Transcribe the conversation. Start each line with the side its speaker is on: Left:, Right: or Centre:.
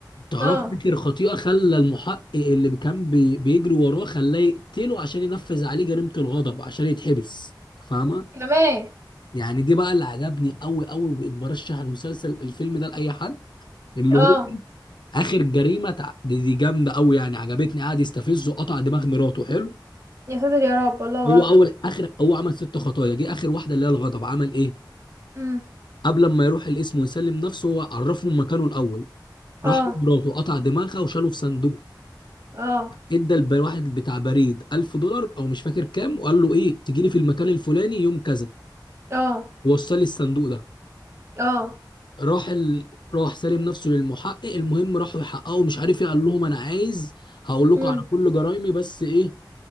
Left: تعرف
Right: اه
Left: فكر خطيئه خلى المحقق اللي كان بي- بيجري وراه خلاه يقتله عشان ينفذ عليه جريمه الغضب عشان يتحبس فاهمه
Right: كمان
Left: يعني دي بقى اللي عجبني قوي قوي بقيت برشح المسلسل الفيلم ده لاي حد اللي
Right: اه
Left: هو اخر جريمه تع... دي, دي جامده قوي يعني عجبتني قعد يستفزه قطع دماغ مراته حلو
Right: يا ساتر يا رب الله
Left: هو
Right: اكبر
Left: اول اخر هو عمل ست خطايا جه اخر واحده اللي هي الغضب عمل ايه
Right: امم
Left: قبل ما يروح القسم ويسلم نفسه هو عرفهم مكانه الاول
Right: اه
Left: راح مراته قطع دماغها وشاله في صندوق
Right: اه
Left: ادى الواحد بتاع بريد 1000 دولار او مش فاكر كام وقال له ايه تجي لي في المكان الفلاني يوم كذا
Right: اه
Left: ووصل لي الصندوق ده
Right: اه
Left: راح ال... راح سلم نفسه للمحقق المهم راحوا يحققوا مش عارف ايه قال لهم انا عايز هقول لكم
Right: امم
Left: على كل جرايمي بس ايه